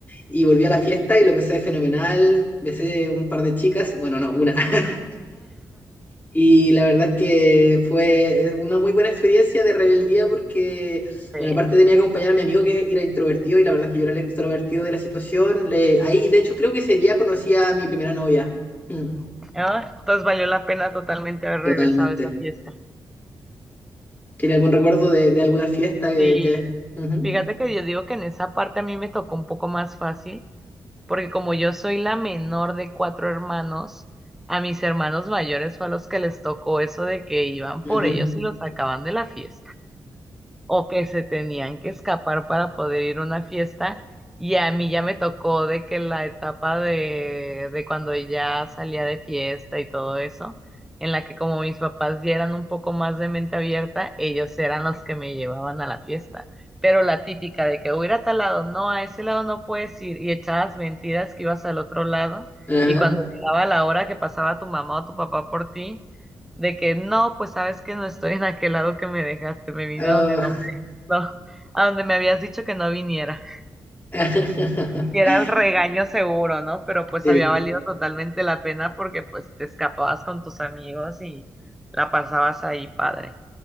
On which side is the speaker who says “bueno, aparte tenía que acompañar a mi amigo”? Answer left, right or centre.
Left